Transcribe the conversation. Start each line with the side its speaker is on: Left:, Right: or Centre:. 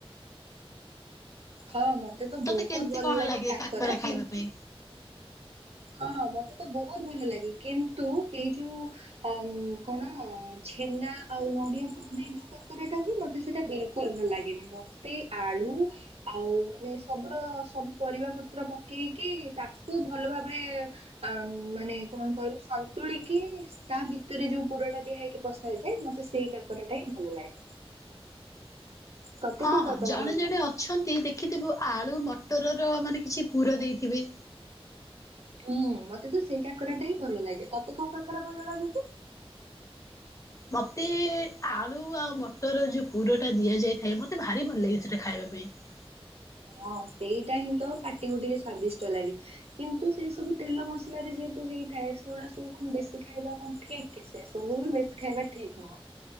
Right: ହଁ ମତେ ତ
Left: ତୋତେ
Right: ବହୁତ
Left: କେମିତି
Right: ଭଲ
Left: କଣ
Right: ଲାଗେ କାକରା
Left: ଖାଇବା
Right: କିନ୍ତୁ
Left: ପାଇଁ?
Right: ହଁ ମତେ ତ ବହୁତ ଭଲ ଲାଗେ କିନ୍ତୁ ଏଇ ଯୋଉ ଅ କଣ ଛେନା ଆଉ ନଡ଼ିଆ ପୋଡ଼ ଦେଇ ଯେଉ କାକରାଟା ହୁଏ ମତେ ସେଇଟା ବିଲକୁଲ ଭଲ ଲାଗେନି ମୋତେ ଆଳୁ ଆଉ ମାନେ ସବ ସବୁ ପରିବା ପତ୍ର ପକେଇକି ତାକୁ ଭଲ ଭ ମାନେ କଣ କହିଲୁ ସନ୍ତୁଳିକି କି ତା ଭିତରେ ଯୋଉ ପୁରଟା ଦିଆ ହେଇକ ପସାଇଥାଏ ମତେ ସେଇ କାକରଟା ହିଁ ଭଲ ଲାଗେ।
Left: ହୁଁ
Right: ତତେ
Left: ହଁ
Right: କୋଉ
Left: ହଁ
Right: କାକରା
Left: ଜଣେ
Right: ଭଲ
Left: ଜଣେ
Right: ଲାଗେ?
Left: ଅଛନ୍ତି ଦେଖିଥିବୁ ଆଳୁ ମଟର ମାନେ କିଛି ପୁର ଦେଇଥିବେ।
Right: ହୁଁ ମତେ ତ ସେଇ କାକରାଟା ହିଁ ଭଲ ଲାଗେ ତତେ କୋଉ କାକରା ଭଲ ଲାଗେ କି?
Left: ମତେ
Right: ହଁ ସେଇଟା ହିଁ ତ ପାଟିକୁ ଟିକେ ସ୍ଵାଦିଷ୍ଟ ଲାଗେ କିନ୍ତୁ ସେଇ ସବୁ ତେଲ ମସଲା ଯେହେତୁ ହେଇ ଥାଏ ସେଗୁଡା ସବୁ କଣ ବେଶୀ ଖାଇବା କଣ ଠିକ କି ସେ ସବୁ ବି ବେଶୀ ଖାଇବା ଠିକ୍ ନୁହଁ।